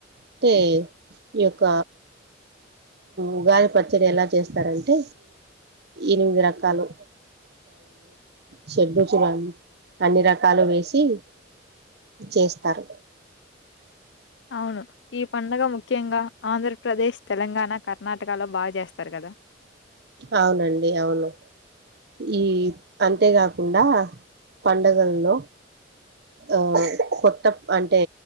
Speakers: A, on the right; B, on the left.
A: అంటే ఈ యొక్క ఉగాది పచ్చడి ఎలా చేస్తారంటే ఎనిమిది రకాలు షడ్ రుచులు అన్ని రకాలు వేసి చేస్తారు
B: అవును ఈ పండగ ముఖ్యంగ ఆంధ్రప్రదేశ్ తెలంగాణ కర్ణాటకలో బాగ చేస్తారు కదా
A: అవునండి అవును ఈ అంతేకాకుండ పండగల్లో ఆ కొత్త అంటే